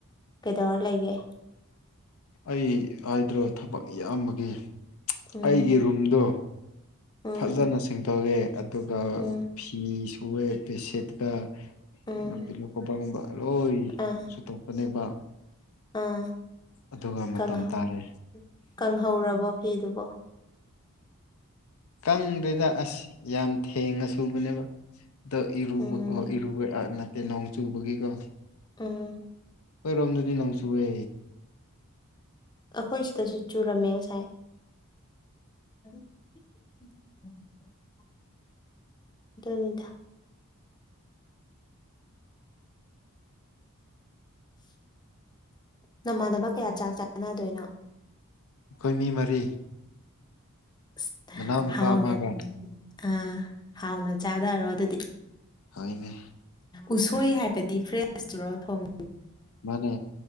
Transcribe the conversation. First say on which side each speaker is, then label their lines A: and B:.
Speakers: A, on the left (about 20°); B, on the left (about 75°).
A: ꯀꯩꯗꯧꯔ ꯂꯩꯒꯦ
B: ꯑꯩ ꯍꯥꯏꯗ꯭ꯔꯣ ꯊꯕꯛ ꯌꯥꯝꯕꯒꯤ
A: ꯎꯝ
B: ꯑꯩꯒꯤ ꯔꯨꯝꯗꯣ
A: ꯎꯝ
B: ꯐꯖꯅ ꯁꯦꯡꯗꯣꯛꯑꯦ ꯑꯗꯨꯒ
A: ꯎꯝ
B: ꯐꯤ ꯁꯨꯑꯦ ꯕꯦꯠꯁꯤꯠ ꯑꯗꯨꯒ
A: ꯎꯝ
B: ꯄꯤꯂꯣ ꯀꯣꯕꯔꯒꯨꯝꯕ ꯂꯣꯏ
A: ꯑꯥ
B: ꯁꯨꯇꯣꯛꯄꯅꯦꯕ
A: ꯑꯥ
B: ꯑꯗꯨꯒ ꯃꯇꯝ
A: ꯀꯪꯍꯧ
B: ꯇꯥꯔꯦ
A: ꯀꯪꯍꯧꯔꯕꯣ ꯐꯤꯗꯨꯕꯣ
B: ꯀꯪꯗꯦꯗ ꯑꯁ ꯌꯥꯝ ꯊꯦꯡꯅ ꯁꯨꯕꯅꯦꯕ ꯗꯣ ꯏꯔꯨꯕ
A: ꯎꯝ
B: ꯏꯔꯨꯕ ꯅꯠꯇꯦ ꯅꯣꯡ ꯆꯨꯕꯒꯤꯀꯣ
A: ꯎꯝ
B: ꯈꯣꯏꯔꯣꯝꯗꯗꯤ ꯅꯣꯡ ꯆꯨꯋꯦ
A: ꯑꯈꯣꯏ ꯁꯤꯗꯁꯨ ꯆꯨꯔꯝꯃꯦ ꯉꯁꯥꯏ <inaudible> ꯑꯗꯨꯅꯤꯗ ꯅꯃꯥꯟꯅꯕ ꯀꯌꯥ ꯆꯥꯛ ꯆꯥꯅꯗꯣꯏꯅꯣ
B: ꯑꯈꯣꯏ ꯃꯤ ꯃꯔꯤ
A: ꯑꯁ
B: ꯃꯅꯥꯎꯅꯨꯄꯥ
A: ꯍꯥꯎꯅ
B: ꯑꯃꯒ
A: ꯑꯥ ꯍꯥꯎꯅ ꯆꯥꯗꯔꯣ ꯑꯗꯨꯗꯤ
B: ꯍꯣꯢꯅꯦ
A: ꯎꯁꯣꯏ ꯍꯥꯏꯕꯗꯤ ꯐ꯭ꯔꯦꯁꯇꯨꯔꯣ ꯊꯣꯡ
B: ꯃꯥꯅꯦ